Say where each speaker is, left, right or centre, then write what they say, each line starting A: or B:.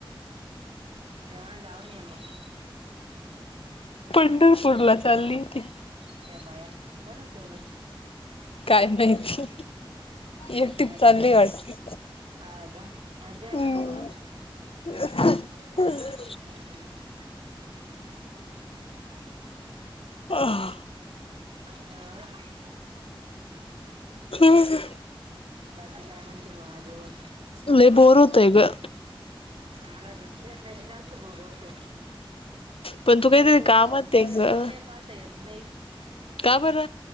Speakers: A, on the right (about 80°); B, on the left (about 80°).
A: जेवण जाऊन मग.
B: पंढरपूर ला चालली ती
A: य बया कोना सोबत.
B: काय माहिती. एकटी च
A: मज्जा
B: चालली
A: आहे
B: वाट
A: मग हा का मज्जा आहे
B: हम्
A: म्हणा मग
B: <unintelligible>
A: हम्म हम्म.
B: ह
A: हम.
B: हम.
A: बाकी काय म्हणते मग अजून.
B: लेय बोर होतंय ग
A: मला तुझ्या पेक्ष जास्त बर होते.
B: पण तू काहीतरी
A: दडफोने
B: कामात ये
A: दडफोने
B: ग
A: पाहता येत नाही.
B: का बर.